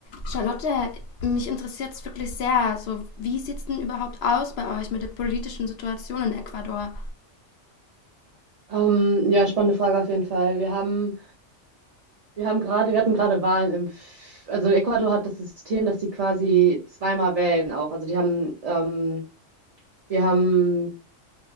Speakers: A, on the left; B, on the right.
A: Charlotte, mich interessiert es wirklich sehr. So, wie sieht es denn überhaupt aus bei euch mit der politischen Situation in Ecuador?
B: Ähm, ja, spannende Frage auf jeden Fall. Wir haben, wir haben gerade, wir hatten gerade Wahlen im, F- also Ecuador hat das System, dass sie quasi zweimal wählen auch. Also die haben, ähm, wir haben